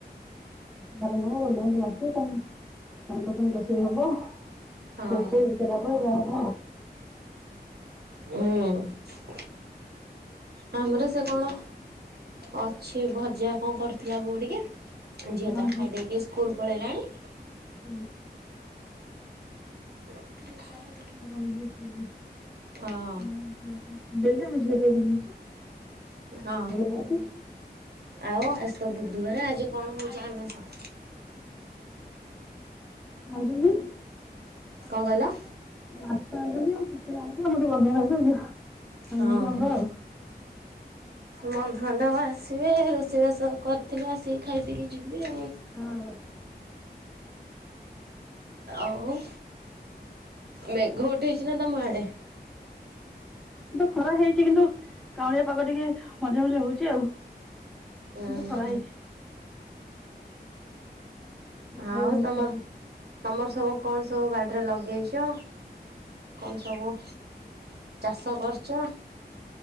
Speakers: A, in the centre; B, on the right.
A: ବାନ୍ଧବ ଆସିବେ ତାଙ୍କ ପାଇଁ ରୋଷେଇ ହବ।
B: ହଁ
A: ରୋଷେଇ ହେଇସାଇଲା ପରେ ଯାହା ହବ।
B: ହୁଁ। ଆମର ସେ କଣ ଅଛି ଭଜା କଁ କରିଥିଲା ବୋଉ ଟିକେ ଝିଅ
A: ଓହୋ
B: ତାର ଖାଇଦେଇ ସିଏ ସ୍କୁଲ ପଳେଇଲାଣି।
A: ହୁଁ।
B: <unintelligible>
A: ମୋ ସାନ ଝିଅ ସ୍କୁଲ୍ ଯିବ, <unintelligible>
B: ହଁ
A: ଦେଖେ ମୋ ଝିଅ ତତେ ଡୁଙ୍ଗୁଚି
B: ହଁ।
A: <unintelligible>
B: ଆଉ ଆଜି ତ ବୁଧବାର ଆଜି କଣ ହଉଛି ଆମିଷ?
A: ଆଣଚନ୍ତି।
B: କଁ କହିଲ?
A: ମାଛ ଆଣିଛନ୍ତି, ଆଉ ଚିକେନ <unintelligible>
B: ହଁ
A: ଆମିଷ ଆମର
B: ହଁ।
A: <inaudible>
B: ବନ୍ଧୁବାନ୍ଧବ ଆସିବେ ରୋଷେଇବାସ କରିଥିଲେ ଆସିକି ଖାଇ ପିଇକି ଯିବେ ଆଉ।
A: ହଁ।
B: ଆଉ ମେଘ ଉଠେଇଛି ନା ତମ ଆଡେ?
A: ତ ଖରା ହେଇଛି କିନ୍ତୁ କାଉଁଳିଆ ପାଗ ଟିକେ ମଝିରେ ମଝିରେ ହଉଛି ଆଉ।
B: ଉୁଁ
A: କିନ୍ତୁ ଖରା
B: ହୁଁ
A: ହେଇଛି। ବର୍ଷା
B: ଆଉ ତମର ତମର ସବୁ କଣ ସବୁ ବାଡ଼ିରେ ଲଗେଇଛ କଣ ସବୁ ଚାଷ କରିଚ?